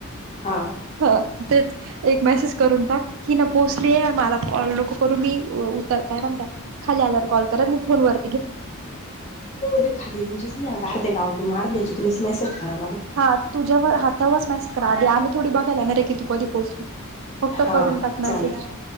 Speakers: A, on the left (about 30°); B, on the right (about 65°).
A: हा
B: ह तेच एक मेसेज करून टाक कि ना पोचली मला लोक करून मी उतर काय म्हणत ल्यावर कॉल कररा मी फोनवर
A: ते खालिरंचेच नाही गार द्या गावातून मार द्यायची तुम्ही अस मेसेज करा
B: हा तुझ्या हातावरच मॅस करा आधी आम्ही थोडी बघायलाय ना रे की तू कधी पोचलू फक्त
A: हा
B: करून टाक मॅसेजह
A: चालते